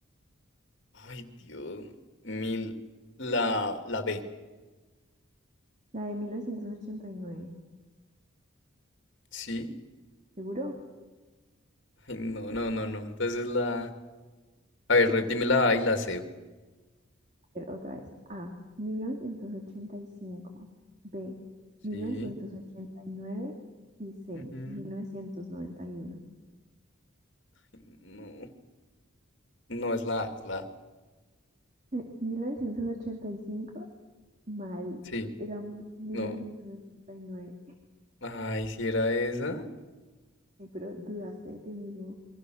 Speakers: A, on the left; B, on the right.
A: Ay, Dios. Mil. La, la B.
B: La de mil novecientos ochenta y nueve
A: Sí.
B: ¿seguro?
A: Ay, no, no, no, no. Entonces la. A ver,
B: <laughs>
A: re- dime la A y la C.
B: ver, otra vez. A, mil novecientos ochenta y cinco B,
A: Sí.
B: mil novecientos ochenta Y nueve y C,
A: Ujú.
B: 1991.
A: Ay, No. No es la A, es la A.
B: Eh, <laughs> 1985 mal.
A: Sí.
B: Era 1989.
A: No. Ay, si era esa.
B: <laughs> Ay, pero dudaste de ti mismo.